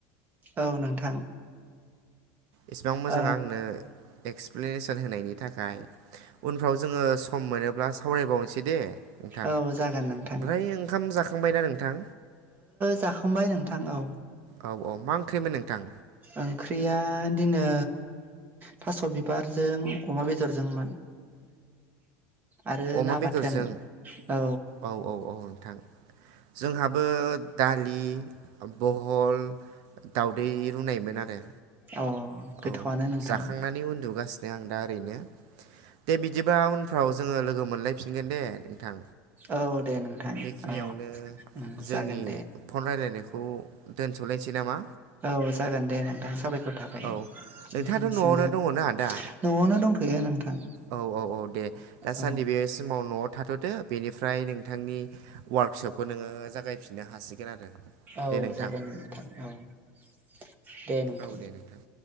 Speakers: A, on the right (about 25°); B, on the right (about 55°).
A: औ नोंथां
B: इसिबां मोजां
A: औ
B: आंनो एक्सप्लेनेसन होनायनि थाखाय उनफ्राव जोङो सम मोनोब्ला सावरायबावनोसै दे नोंथां
A: औ जागोन नोंथां
B: ओमफ्राय ओंखाम जाखांबायना नोंथां
A: जाखांबाय नोंथां औ
B: औ औ मा ओंख्रिमोन नोंथां
A: ओंख्रिया दिनै थास' बिबारजों अमा बेदरजोंमोन आरो
B: अमा
A: ना
B: बेदरजों
A: बाथोन औ
B: औ औ औ नोंथां जोंहाबो दालि बहल दाउदै रुनायमोन आरो
A: अ गोथावआनो
B: औ
A: नोंथाङो
B: जाखांनानै उन्दुगासिनो आं दा ओरैनो दे बिदिबा उनफ्राव जोङो लोगो मोनलायफिनगोन दे नोंथां
A: औ दे नोंथां
B: बेखिनियावनो
A: औ उम
B: जोंनि
A: जागोन दे
B: फन रायलायनायखौ दोनथ'नोसै नामा
A: औ जागोन दे नोंथां साबायखर थाखाय
B: औ
A: नोंथांनिसिमबो
B: नोंथाङाथ' न'आवनो दङना दा
A: न'आवनो दंथ'यो नोंथां
B: औ औ औ दे दासान्दि
A: औ
B: बे समाव थाथ'दो बेनिफ्राय नोंथांनि वार्कशपखौ नोङो जागायफिननो हासिगोन आरो
A: औ
B: दे नोंथां
A: जागोन नोंथां औ दे नोंथां
B: औ दे नोंथां